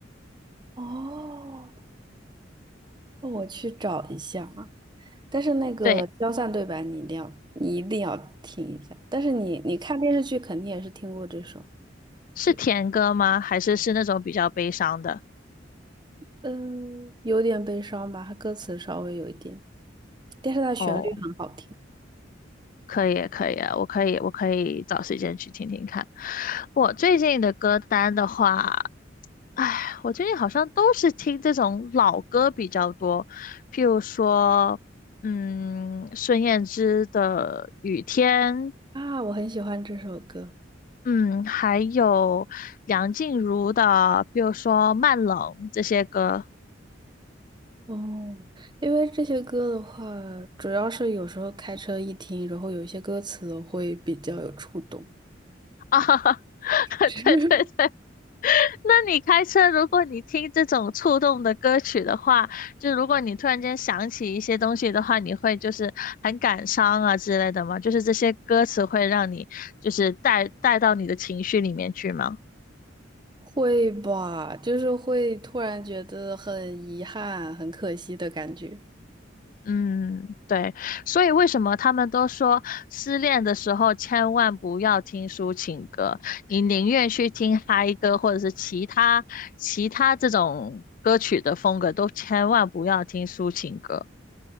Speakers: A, on the right; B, on the left.
A: <laughs> 哦。哦我去找一下啊。但是那个消散对白你一定要，
B: 对。
A: 你一定要听一下。但是你你看电视剧肯定也是听过这首，
B: 是甜歌吗？
A: 对，
B: 还是是那种比较悲伤的？
A: 嗯，有点悲伤吧，它歌词稍微有一点，但是它旋律很好听
B: 哦，可以，可以啊，我可以，我可以找时间去听听看。我最近的歌单的话，唉，我最近好像都是听这种老歌比较多，譬如说，嗯，孙燕姿的《雨天》，
A: 啊，我很喜欢这首歌。
B: 嗯，还有梁静茹的，譬如说《慢冷》这些歌
A: 哦，因为这些歌的话，主要是有时候开车一听，然后有一些歌词会比较有触动。
B: 啊，<laughs>
A: <laughs>
B: 对对对，那你开车，如果你听这种触动的歌曲的话，就如果你突然间想起一些东西的话，你会就是很感伤啊之类的吗？就是这些歌词会让你就是带带到你的情绪里面去吗？
A: 会吧，就是会突然觉得很遗憾、很可惜的感觉。
B: 嗯，对，所以为什么他们都说失恋的时候千万不要听抒情歌，你宁愿去听嗨歌或者是其他其他这种歌曲的风格，都千万不要听抒情歌。